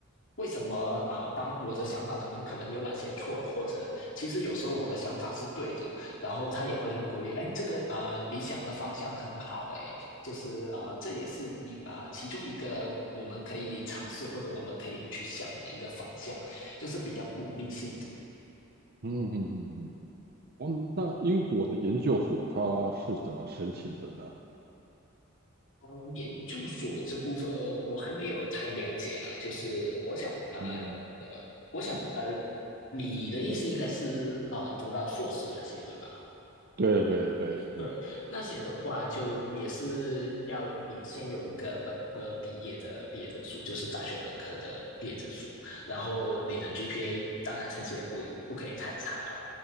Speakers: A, on the left (about 65°); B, on the right (about 50°).
A: 为什么啊、呃当我的想法当中可能有哪些错了，或者其实有时候我的想法是对的，然后他也会很鼓励，哎，这个呃理想的方向很好，哎，就是呃这也是一呃其中一个我们可以尝试或者我们可以去想的一个方向，就是比较鼓励性质。
B: 嗯嗯嗯嗯。哦，那英国的研究所它是怎么申请的呢？
A: 嗯，研究所这部分我还没有太了解啦，就是我想呃呃，
B: 嗯，
A: 我想呃，你的意思应该是呃读到硕士那些对吧？
B: 对对对，
A: 对，那些的话就也是要你先有一个本科毕业的毕业证书，就是大学本科的毕业证书，然后你的 GPA 当然成绩也不不可以太差了，